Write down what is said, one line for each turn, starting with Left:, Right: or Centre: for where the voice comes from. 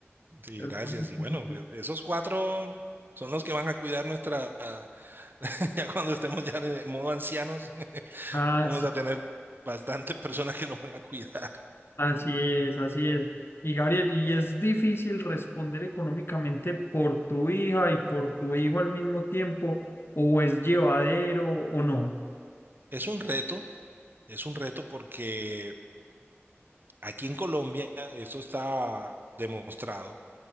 Right: Sí,
Left: Hermoso,
Right: gracias. Y
Left: chiquito.
Right: bueno, e- esos cuatro son los que van a cuidar nuestra, <laughs> ya cuando estemos ya en modo ancianos, <laughs>
Left: Ah,
Right: vamos
Left: sí,
Right: a tener bastantes personas que nos van a cuidar.
Left: así es, así es. Y Gabriel, y es difícil responder económicamente por tu hija y por tu hijo al mismo tiempo, o es llevadero o no.
Right: Es un reto, es un reto porque aquí en Colombia eso está demostrado